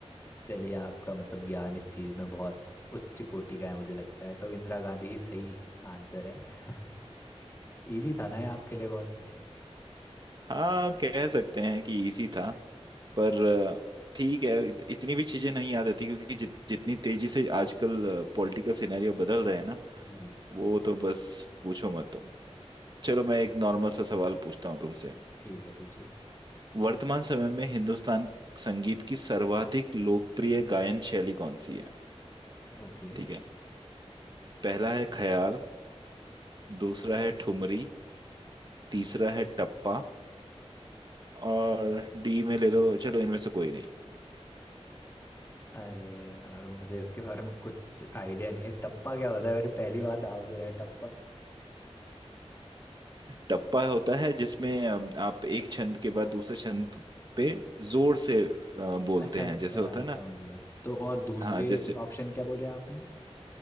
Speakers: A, on the left; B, on the right.
A: चलिए आपका मतलब ज्ञान इस चीज में बहुत उच्च कोटि का है मुझे लगता है तो इंदिरा गांधी ही सही आंसर है <laughs> इजी था ना ये आपके लिए बहुत
B: हाँ कह सकते हैं कि इजी था पर अ, ठीक है इत, इतनी भी चीजें नहीं याद रहती क्योंकि जित, जितनी तेजी से आजकल पॉलिटिकल सिनेरियो बदल रहे हैं ना
A: जी
B: वो तो बस पूछो मत तुम चलो मैं एक नॉर्मल सा सवाल पूछता हूँ तुमसे
A: ठीक है पूछिए
B: वर्तमान समय में हिंदुस्तान संगीत की सर्वाधिक लोकप्रिय गायन शैली कौन सी है
A: ओके
B: ठीक है पहला है ख्याल दूसरा है ठुमरी तीसरा है टप्पा और डी में ले लो चलो इनमें से कोई नहीं
A: अरे यार मुझे इसके बारे में कुछ आइडिया नहीं है टप्पा क्या होता है मेरे पहली बार नाम सुना है टप्पा
B: टप्पा होता है जिसमें अम, आप एक छंद के बाद दूसरे छंद पे जोर से अ, बोलते
A: अच्छा
B: हैं
A: अच्छा
B: जैसे होता है ना
A: समझ गया तो और दूसरे
B: हाँ जैसे
A: ऑप्शन क्या बोले आपने